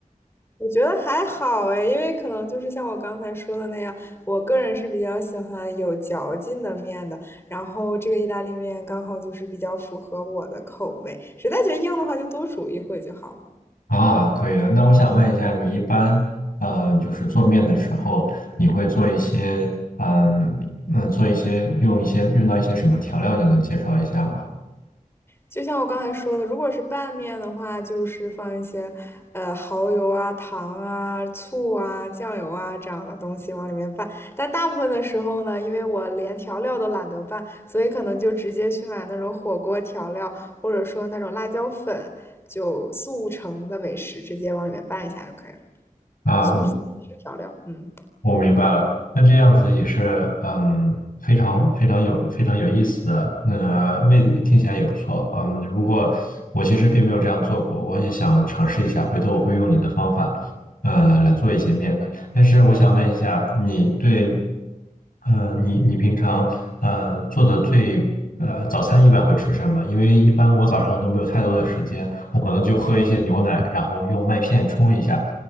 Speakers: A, on the left (about 15°); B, on the left (about 80°).
A: 我觉得还好哎，因为可能就是像我刚才说的那样，我个人是比较喜欢有嚼劲的面的。然后这个意大利面刚好就是比较符合我的口味，实在觉得硬的话就多煮一会就好了。
B: 啊，可以的。那我想问一下，你一般呃，就是做面的时候，你会做一些嗯嗯，做一些用一些用到一些什么调料？你能介绍一下吗？
A: 就像我刚才说的，如果是拌面的话，就是放一些，呃，蚝油啊、糖啊、醋啊、酱油啊这样的东西往里面拌。但大部分的时候呢，因为我连调料都懒得拌，所以可能就直接去买那种火锅调料，或者说那种辣椒粉，就速成的美食直接往里面拌一下就可以了。
B: 啊，
A: 速食调料，嗯。
B: 我明白了，那这样子也是，嗯，非常非常有非常有意思的，那、味听起来也不错，嗯，如果我其实并没有这样做过，我也想尝试一下，回头我会用你的方法，呃，来做一些面的。但是我想问一下，你对，呃，你你平常呃做的最呃早餐一般会吃什么？因为一般我早上都没有太多的时间，我可能就喝一些牛奶，然后用麦片冲一下。